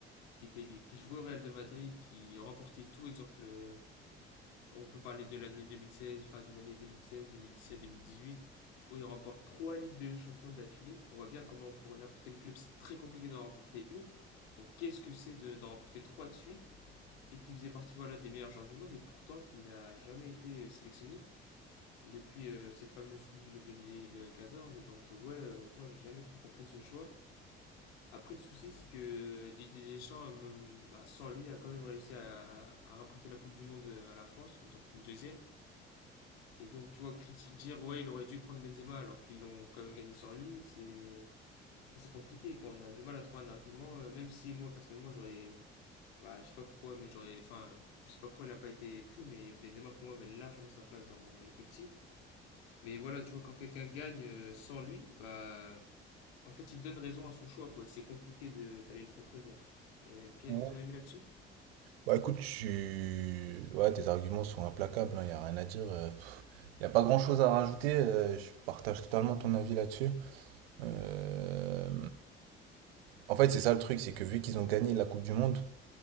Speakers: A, on the left; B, on the right.
A: qui, était, les- qui jouait au Real de Madrid, qui remportait tout. Exemple, euh, on peut parler de l'année 2016, fin des années 2016, 2017, 2018, où il remporte trois Ligues de Champions d'affilée. On voit bien comment pour n'importe quel club, c'est très compliqué d'en remporter une. Donc qu'est-ce que c'est de- d'en remporter trois de suite et qui faisait partie voilà, des meilleurs joueurs du monde et pourtant qui n'a jamais été euh, sélectionné depuis euh, cette fameuse Coupe du Monde 2014. Et donc, euh, ouais, honnêtement, j'ai jamais trop compris ce choix. Après, le souci, c'est que Didier Deschamps, euh, bah, sans lui, a quand même réussi à, à rapporter la Coupe du Monde euh, à la France, donc une deuxième. Et donc, tu vois, criti- dire ouais, il aurait dû prendre Benzema alors qu'ils l'ont quand même gagné sans lui, c'est enfin, c'est compliqué quoi. On a du mal à trouver un argument, euh, même si moi personnellement, j'aurais. Bah, je sais pas pourquoi, mais j'aurais. Enfin, je sais pas pourquoi il a pas été pris, mais Benzema pour moi avait largement sa place dans l'effectif. Mais voilà, tu vois, quand quelqu'un gagne euh, sans lui, bah. En fait, il donne raison à son choix, quoi. et C'est compliqué de- d'aller le contredire. Euh, quel
B: Mhm.
A: est ton avis là-dessus
B: Bah écoute, tu... ouais, tes arguments sont implacables, il n'y a rien à dire. Il n'y a pas grand-chose à rajouter, euh, je partage totalement ton avis là-dessus. Euh, En fait, c'est ça le truc, c'est que vu qu'ils ont gagné la Coupe du Monde,